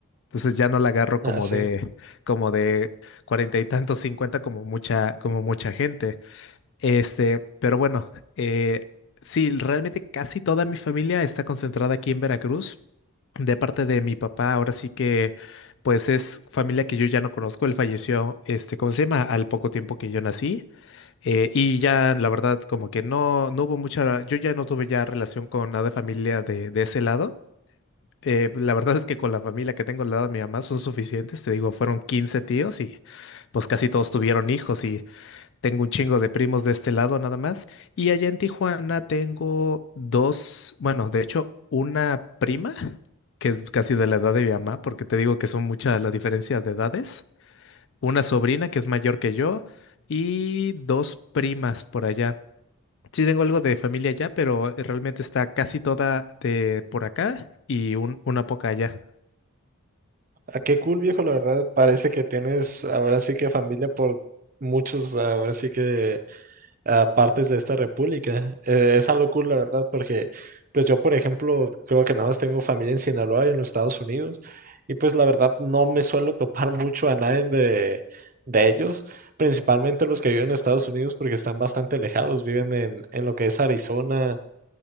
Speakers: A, on the left; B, on the right.
A: Entonces ya no la agarro
B: Ah,
A: como
B: sí.
A: de como de cuarenta y tantos, cincuenta como mucha como mucha gente. Este, pero bueno, eh, sí, realmente casi toda mi familia está concentrada aquí en Veracruz. De parte de mi papá, ahora sí que, pues es familia que yo ya no conozco. Él falleció, este, ¿cómo se llama? Al poco tiempo que yo nací. eh, y ya, la verdad, como que no, no hubo mucha, yo ya no tuve ya relación con nada de familia de, de ese lado. Eh, la verdad es que con la familia que tengo al lado de mi mamá son suficientes. Te digo, fueron 15 tíos y pues casi todos tuvieron hijos y... Tengo un chingo de primos de este lado nada más. Y allá en Tijuana tengo dos, bueno, de hecho, una prima, que es casi de la edad de mi mamá, porque te digo que son muchas la diferencia de edades. Una sobrina que es mayor que yo y dos primas por allá. Sí tengo algo de familia allá, pero realmente está casi toda de por acá y un- una poca allá.
B: Ah, qué cool, viejo, la verdad. Parece que tienes ahora sí que familia por muchos, ahora sí que a partes de esta república. Eh, es algo cool, la verdad, porque pues yo, por ejemplo, creo que nada más tengo familia en Sinaloa y en los Estados Unidos, y pues la verdad no me suelo <laughs> topar mucho a nadie de, de ellos, principalmente los que viven en Estados Unidos porque están bastante alejados, viven en, en lo que es Arizona,